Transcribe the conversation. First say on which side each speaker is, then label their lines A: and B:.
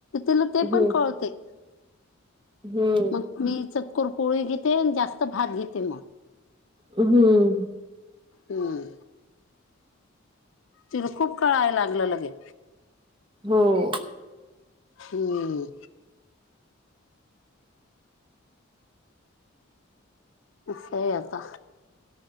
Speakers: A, on the left; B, on the right.
A: तिला ते
B: हम्म
A: पण कळते.
B: हम्म.
A: मग मी चतकोर पोळी घेते आणि जास्त भात घेते मग.
B: हम्म.
A: हम्म, तिला खूप कळाय लागलं लगे.
B: हो.
A: हम्म. असं हाय आता.